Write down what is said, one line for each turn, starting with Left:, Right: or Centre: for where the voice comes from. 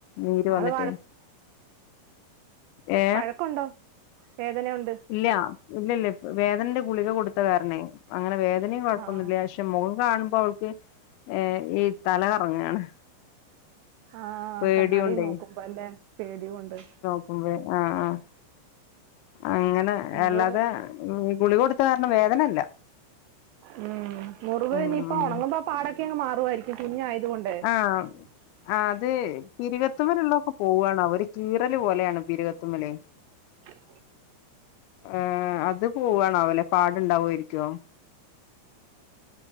Left: നീര്
Right: ആള്
Left: വന്നിട്ട് ഏ
Right: വഴക്കൊണ്ടോ വേദന കൊണ്ട്
Left: ഇല്ല ഇല്ലില്ല ഇപ്പ വേദനന്റെ ഗുളിക കൊടുത്തകാരണേ അങ്ങനെ വേദനയും കൊഴപ്പൊന്നുല്ല
Right: ആഹ്
Left: ക്ഷെ മുഖം കാണുമ്പൊഅവൾക്ക് ഏഹ് ഈ തല കറങ്ങകാണ്
Right: ആഹ്
Left: പേടിയോണ്ടേ
Right: കണ്ണാടി നോക്കുമ്പൊ അല്ലേ പേടികൊണ്ട്
Left: ഉവ്വ് ആഹ് ആഹ് അങ്ങനെ
Right: മുറ്
Left: അല്ലാതെ ഗുളിക കൊടുത്ത കാരണം വേദനല്ല
Right: ഉം മുറിവ്
Left: ഉം
Right: ഇനിയിപ്പ
Left: ഉം
Right: ഒണങ്ങുമ്പൊ പാടൊക്കെ അങ്ങ് മാറുവായിരിക്കും കുഞ്ഞായത് കൊണ്ട്
Left: ആഹ്
Right: <inaudible>
Left: ആഹ് അത് പിരികത്തുമ്മേലിള്ളതൊക്കെ പോവ്വാണാവോ ഒരു കീറലു പോലെയാണ് പിരികത്തുമ്മല്
Right: <inaudible>
Left: ആഹ് അത് പോവ്വാണാവല്ലെ പാടിണ്ടാവേരിക്കോ